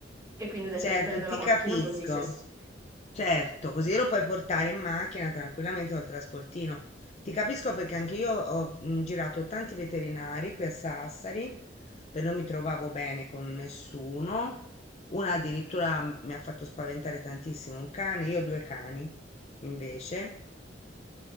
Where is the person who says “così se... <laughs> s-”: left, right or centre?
Right